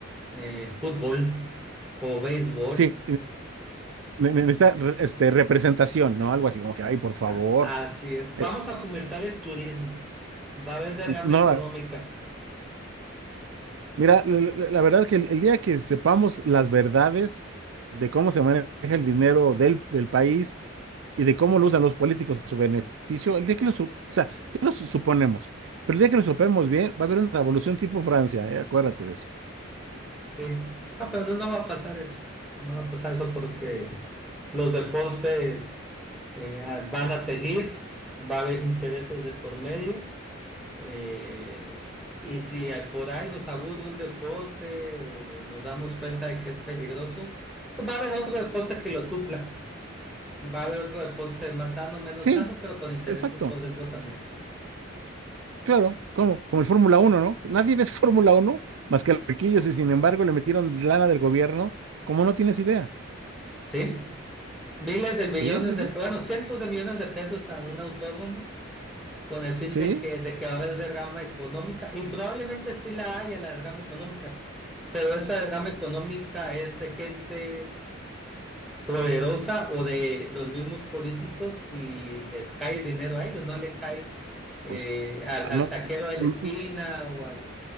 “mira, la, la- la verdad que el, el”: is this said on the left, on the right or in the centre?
Right